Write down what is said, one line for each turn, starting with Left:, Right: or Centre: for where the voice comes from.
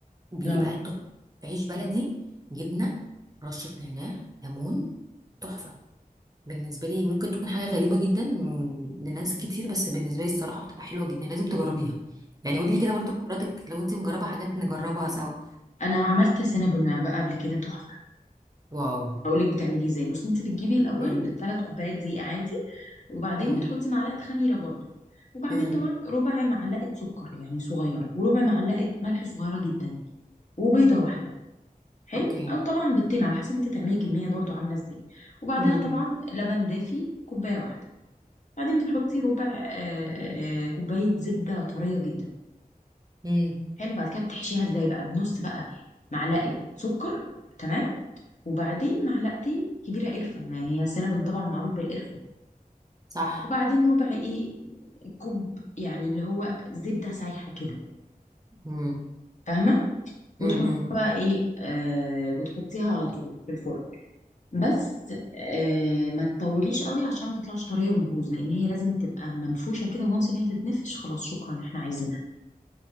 Right: بيبقى
Left: نو
Right: تحفه عيش بلدي جبنه رشه نعناع ليمون تحفه بالنسبه لي ممكن تكون حاجه غريبه جدا م- لناس كتير بس بالنسبه لي الصراحه بتبقى حلوه جدا لازم تجربيها يعني قولي لي كده برضو خبراتك لو انت مجربه حاجات نجربها سوا
Left: انا عملت سينابون بقى قبل كده تحفة
Right: واو
Left: هقول لك بتعمليه ازاي بصي انت بتجيبي الاول
Right: مم.
Left: ثلاث كوبايات دقيق عادي وبعدين
Right: مم.
Left: بتحطي معلقة خميرة برضو وبعدين
Right: مم.
Left: طبعا ربع معلقة سكر يعني صغيرة وربع معلقة ملح صغيرة جدا وبيضة واحدة حلو
Right: اوكي
Left: او طبعا بالتين على حسب انت تعملي كميه برضو عامله ازاي وبعدها
Right: مم.
Left: طبعا لبن دافي كوبايه واحده بعدين بتحطي ربع آه، آه، كوبايه زبده طريه جدا
Right: مم.
Left: حلو بعد كده بتحشيها ازاي بقى بنص بقى معلقه سكر تمام وبعدين معلقتين كبيره قرفه ما هي السينابون طبعا معروف بالقرفه
Right: صح
Left: وبعدين ربع ايه كوب يعني اللي هو زبده سايحه كده
Right: مم.
Left: فاهمه وتحطيها
Right: مم.
Left: بقى ايه آه بتحطيها على طول في الفرن بس آه ما تطوليش قوي عشان ما تطلعش طريه وتبوظ لان هي لازم تبقى منفوشه كده وانس ان هي تتنفش خلاص شكرا احنا عايزينها